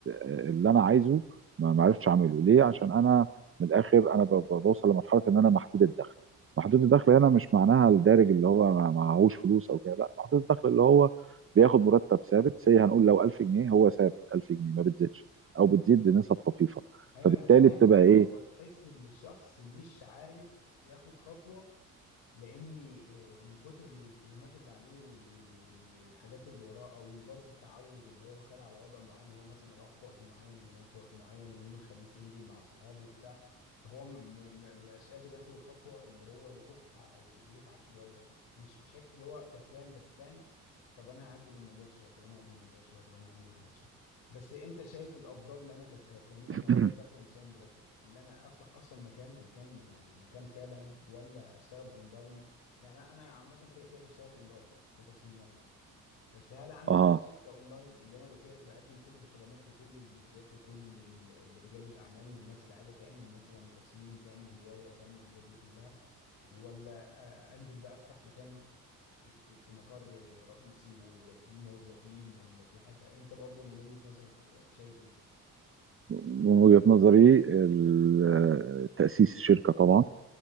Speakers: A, on the right (about 30°); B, on the left (about 70°).
A: اللي انا عايزه ما ما عرفتش اعمله ليه عشان انا من الاخر انا ب- ب- بوصل لمرحله ان انا محدود الدخل محدود الدخل هنا مش معناها الدارج اللي هو ما- معهوش فلوس او كده لا محدود الدخل اللي هو بياخد مرتب ثابت سي هنقول لو 1000 جنيه هو ثابت 1000 جنيه ما بتزيدش او بتزيد بنسب طفيفه
B: ايوه
A: فبالتالي
B: انا فاهم
A: بتبقى
B: هو
A: ايه
B: هو تحس ان الشخص مش عارف ياخد خطوه لاني آه، من كتر الالتزامات اللي عليه وال- وال- والحاجات اللي وراه او ال- برضه التعود اللي هو خد على وضع معين اللي هو مثلا يروح في وقت معين وينام في وقت معين ويوم الخميس ينزل مع صحابه وبتاع فهو م- م- ما بقاش قادر ياخد الخطوه اللي هو يروح آه، يتعب شويه مش مش حته اللي هو كسلان بس فاهم طب انا هاجل الموضوع شويه طب انا هاجل الموضوع شويه طب انا هاجل الموضوع شويه بس انت شايف الافضل ان انا ك- ك- كمهنه
A: <clears throat>
B: ليا بتاعت المصمم جرافيك اللي انا افتح اصلا مكان مكان يعني مكان فعلا ولا اشتغل اونلاين يعني انا أنا عامه كده كده بشتغل اونلاين كتصميمات بس هل اعمل
A: اه
B: بقى شركه اونلاين اللي انا يبقى فيها بقدم كل الخدمات لكل البيدجات وكل ال- ال- رجال الاعمال والناس اللي عايزه تعمل مثلا تصميم تعمل هوايه تعمل الحاجات دي كلها ولا أ- انزل بقى افتح مكان في في في مقر رئيسي ويبقى فيه موظفين ولا في حاجة انت برضو من وجهة نظرك آه، شايف ايه؟
A: من وجهه نظري ال- تاسيس شركه طبعا